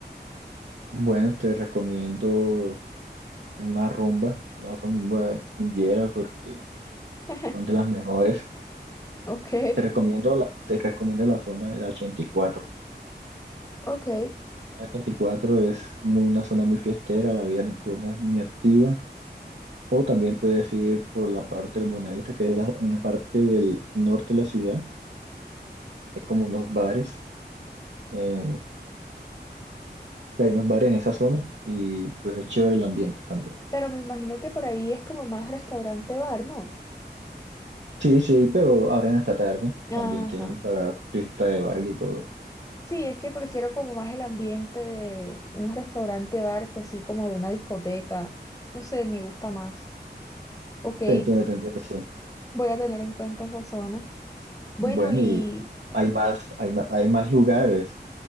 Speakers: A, on the right; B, on the left.
A: Bueno, te recomiendo una rumba, una rumba guillera porque
B: <laughs>
A: son de las mejores.
B: Ok,
A: Te recomiendo la, te recomiendo la zona de la 84.
B: ok.
A: La 84 es muy- una zona muy fiestera, la vida nocturna es muy activa. O también puedes ir por la parte del Buenavista, que es la, en la parte del norte de la ciudad. Hay como unos bares, eh, que hay unos bares en esa zona y pues es chévere el ambiente también.
B: Pero me imagino que por ahí es como más restaurante bar, ¿no?
A: Sí, sí, pero abren hasta tarde.
B: Ajá.
A: También tienen para pista de baile y todo.
B: Sí, es que prefiero como más el ambiente de un restaurante bar que así como de una discoteca. No sé, me gusta más. Ok,
A: Te entiendo, te entiendo, sí.
B: voy a tener en cuenta esa zona. Bueno,
A: Bueno,
B: y...
A: y hay más, hay más, hay más lugares.